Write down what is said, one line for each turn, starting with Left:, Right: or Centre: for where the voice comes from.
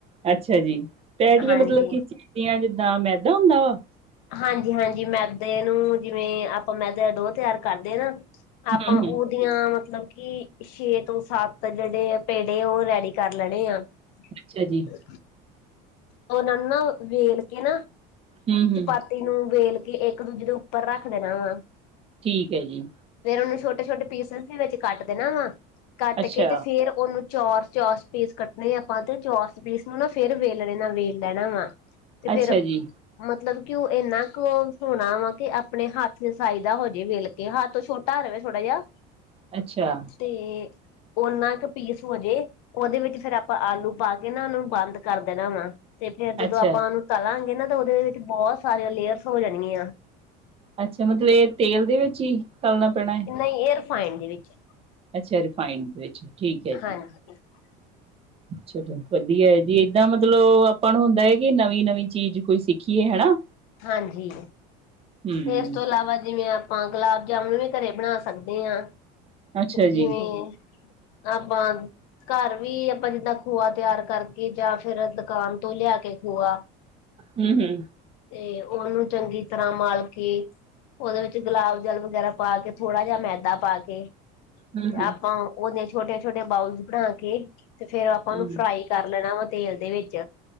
Right: ਅੱਛਾ ਜੀ ਪਟੀਆਂ
Left: ਹਾਂਜੀ।
Right: ਮਤਲਬ ਕੀ ਚੀਜ਼ ਦੀਆਂ ਜਿੱਦਾਂ ਮੈਦਾ ਹੁੰਦਾ ਵਾ?
Left: ਹਾਂਜੀ ਹਾਂਜੀ ਮੈਦੇ ਨੂੰ ਜਿਵੇਂ ਆਪਾਂ ਮੈਦੇ ਦਾ ਡੋ ਤਿਆਰ ਕਰਦੇ ਹ ਨਾ! ਆਪਾਂ
Right: ਹੂੰ-ਹੂੰ
Left: ਉਹ, ਉਹ ਦੀਆਂ ਮਤਲਬ ਕਿ ਛੇ ਤੋਂ ਸੱਤ ਜਿਹੜੇ ਪੇੜੇ ਉਹ ਰੈਡੀ ਕਰ ਲੈਣੇ ਆ ਤੇ!
Right: ਅੱਛਾ ਜੀ
Left: ਉਹਨਾਂ ਨੂੰ ਨਾ ਵੇਲ ਕੇ ਨਾ,
Right: ਹੂੰ-ਹੂੰ
Left: ਚਪਾਤੀ ਨੂੰ ਵੇਲ ਕੇ ਇੱਕ ਦੂਜੇ ਦੇ ਉੱਪਰ ਰੱਖ ਦੇਣਾ ਵਾ,
Right: ਠੀਕ ਹੈ ਜੀ!
Left: ਫੇਰ ਉਹਨੂੰ ਛੋਟੇ ਛੋਟੇ ਪੀਸਾ ਵਿੱਚ ਕੱਟ ਦੇਣਾ ਵਾ ਕੱਟ
Right: ਅੱਛਾ।
Left: ਕੇ ਫੇਰ ਉਹਨੂੰ, ਚੋਰਚ ਚੋਰਸ ਪੀਸ ਕੱਟਣੇ ਆਪਾਂ ਤੇ ਚੋਰਸ਼ ਪੀਸ ਨੂੰ ਨਾ ਫੇਰ ਵੇਲਣੇ ਨਾਲ ਵੇਲ ਲੈਣਾ ਵਾ, ਤੇ
Right: ਅੱਛਾ
Left: ਫੇਰ,,
Right: ਜੀ
Left: ਮਤਲਬ ਕਿ ਉਹ ਇੰਨਾ ਕੁ ਸੋਣਾ ਵਾ ਕਿ ਆਪਣੇ ਹੱਥ ਨ ਸਾਈਜ਼ ਦਾ ਹੋਜਾਏ ਵੇਲ ਕੇ, ਹੱਥ ਛੋਟਾ ਰਵੇਂ ਥੋੜਾ ਜਾ,
Right: ਅੱਛਾ!
Left: ਤੇ, ਓਨਾ ਕੁ ਪੀਸ ਹੋਜੇ, ਉਹਦੇ ਵਿੱਚ ਫੇਰ ਆਪਾਂ ਆਲੂ ਪਾ ਕੇ ਨਾ ਉਹਨੂੰ ਬੰਦ ਕਰ ਦੇਣਾ ਵਾ, ਤੇ ਫੇਰ ਜਦੋਂ
Right: ਅੱਛਾ
Left: ਆਪਾਂ ਉਹਨੂੰ ਤਲਾਂਗੇ ਨਾ ਤਾਂ ਉਹਦੇ ਵਿੱਚ ਬਹੁਤ ਸਾਰੀਆਂ ਲੇਅਰਸ ਹੋ ਜਾਣਗੀਆਂ,
Right: ਅੱਛਾ ਮਤਲਬ ਇਹ ਤੇਲ ਦੇ ਵਿੱਚ ਹੀ ਤਲਣਾ ਪੈਣਾ,, ਹੈ
Left: ਨਹੀਂ ਰਿਫਾਇੰਡ ਦੇ ਵਿੱਚ!
Right: ਅੱਛਾ ਰਿਫਾਈੰਡ ਵਿੱਚ ਠੀਕ ਹੈ ਜੀ
Left: ਹਾਂਜੀ-ਹਾਂਜੀ
Right: ਚਲੋ ਵਧੀਆ ਹੈ ਜੀ ਏਦਾਂ ਮਤਲਬ ਆਪਾਂ ਨੂੰ ਹੁੰਦਾ ਹੈ ਕਿ ਨਵੀਂ ਨਵੀਂ ਚੀਜ਼ ਕੋਈ ਸਿੱਖੀਏ ਹੈ ਨਾ,
Left: ਹਾਂਜੀ,
Right: ਹੂੰ
Left: ਇਸ ਤੋਂ ਇਲਾਵਾ ਜਿਵੇਂ ਆਪਾਂ ਗੁਲਾਬ ਜਾਮੁਨ ਵੀ ਘਰੇ ਬਣਾ ਸਕਦੇ ਹਾਂ,
Right: ਅੱਛਾ
Left: ਜਿਵੇਂ
Right: ਜੀ
Left: ਆਪਾ,, ਘਾਰ ਵੀ ਆਪਾਂ ਜਿੱਦਾਂ ਖੋਆ ਤਿਆਰ ਕਰਕੇ ਜਾਂ ਫਿਰ ਦੁਕਾਨ ਤੋਂ ਲਿਆ ਕੇ ਖੋਆ,
Right: ਹੂ ਹੂ
Left: ਤੇ ਉਹਨੂੰ ਚੰਗੀ ਤਰ੍ਹਾਂ ਮਲ ਕੇ, ਉਹਦੇ ਵਿੱਚ ਗੁਲਾਬ ਜਲ ਵਗੈਰਾ ਪਾ ਕੇ ਥੋੜਾ ਜਿਹਾ ਮੈਦਾ ਪਾ ਕੇ,
Right: ਹੂੰ,
Left: ਤੇ
Right: ਹੂੰ,
Left: ਆਪਾਂ ਉਹਦੀਆਂ ਛੋਟੀਆਂ ਛੋਟੀਆਂ ਬਾਊਲ ਬਣਾ ਕੇ ਤੇ ਫੇਰ ਆਪਾਂ
Right: ਹੂੰ,
Left: ਉਹਨੂੰ ਫਰਾਈ, ਕਰ ਲੈਣਾ ਵਾ ਤੇਲ ਦੇ ਵਿੱਚ